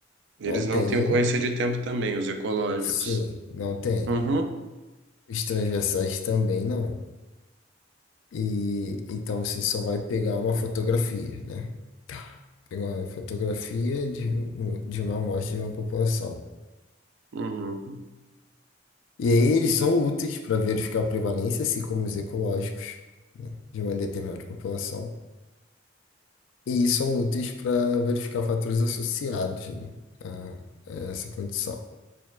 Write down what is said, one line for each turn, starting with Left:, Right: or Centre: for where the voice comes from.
Right: Eles
Left: Não
Right: não
Left: tem,
Right: têm ocorrência de tempo também, os ecológicos.
Left: sim, não tem.
Right: Uhum.
Left: Os transversais também não. E então você só vai pegar uma fotografia, né? Pegar uma fotografia de, um- de uma amostra de uma população.
Right: Uhum.
Left: E aí eles são úteis para verificar a prevalência, assim como os ecológicos, né? De uma determinada população. E são úteis para verificar fatores associados, né? A, a essa condição.